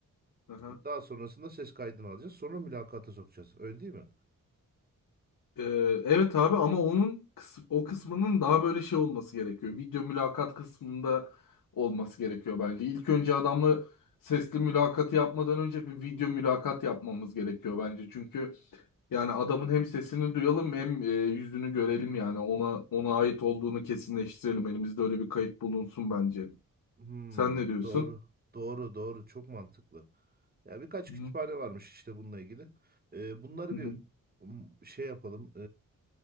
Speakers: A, on the left; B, on the right.
A: Aha.
B: Daha sonrasında ses kaydını alacağız. Sonra mülakata sokacağız. Öyle değil mi?
A: Ee, evet abi ama onun kıs- o kısmının daha böyle şey olması gerekiyor. Video mülakat kısmında olması gerekiyor bence. İlk önce adamla sesli mülakatı yapmadan önce bir video mülakat yapmamız gerekiyor bence. Çünkü yani adamın hem sesini duyalım hem e, yüzünü görelim yani ona ona ait olduğunu kesinleştirelim. Elimizde öyle bir kayıt bulunsun bence.
B: Hmm,
A: Sen ne diyorsun?
B: doğru. Doğru, doğru. Çok mantıklı. Ya birkaç
A: Hı
B: kütüphane varmış işte bununla ilgili. Ee, bunları
A: hı.
B: bir m, şey yapalım.